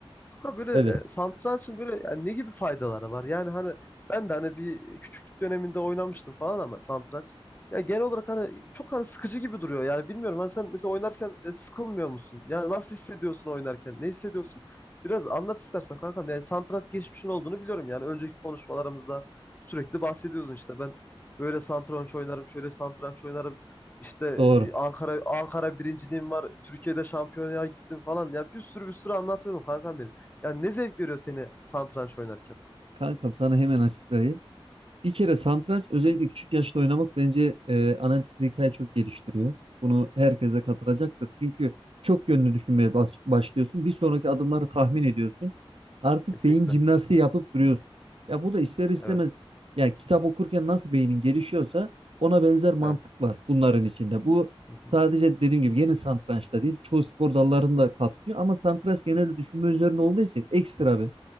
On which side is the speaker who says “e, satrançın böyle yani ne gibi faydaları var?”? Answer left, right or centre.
Left